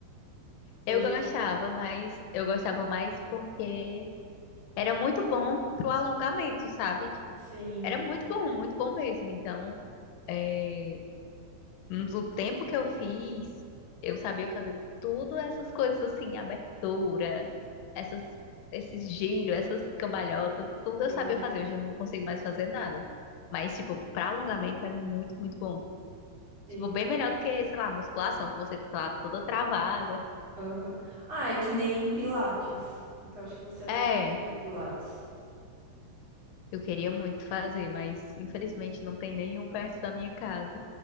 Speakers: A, on the right; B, on the left.
A: Hoje,
B: Eu gostava, mas
A: é.
B: eu gostava mais porque Era muito bom pro alongamento, sabe? Tipo,
A: sim,
B: era muito bom, muito bom mesmo. Então, é, no tempo que eu fiz, eu sabia fazer tudo essas coisas assim, abertura, essas, esses giros, essas cambalhotas, tudo eu
A: aham.
B: sabia fazer. Hoje eu não consigo mais fazer nada. Mas, tipo, pra alongamento é muito, muito bom.
A: Sim.
B: Tipo, bem melhor do que, sei lá, musculação, que você fica lá toda travada.
A: Aham. Ah, é que nem Pilates. Então acho que você ia se
B: É,
A: dar bem no Pilates,
B: eu queria muito fazer, mas infelizmente não tem nenhum perto da minha casa.